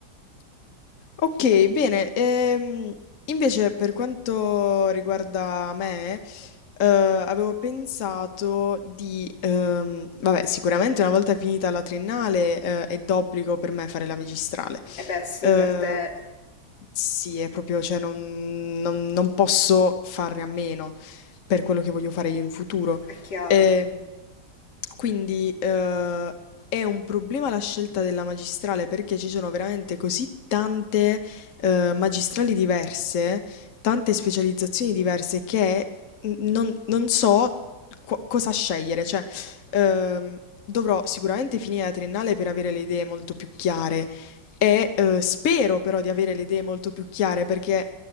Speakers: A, on the left; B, on the left.
A: Ok, bene. ehm, invece per quanto riguarda me, eh, avevo pensato di, ehm, vabbè, sicuramente una volta finita la triennale, eh, è d'obbligo per me fare la magistrale.
B: E beh sì,
A: Eh,
B: per te
A: sì, è proprio, cioè, non, non- non posso farne a meno per quello che voglio fare io in futuro.
B: è chiaro,
A: Ehm, quindi eh, è un problema la scelta della magistrale perché ci sono veramente così tante eh, magistrali diverse, tante specializzazioni diverse che n- non, non so qu- cosa scegliere. Cioè, ehm, dovrò sicuramente finire la triennale per avere le idee molto più chiare. E eh, spero però di avere le idee molto più chiare perché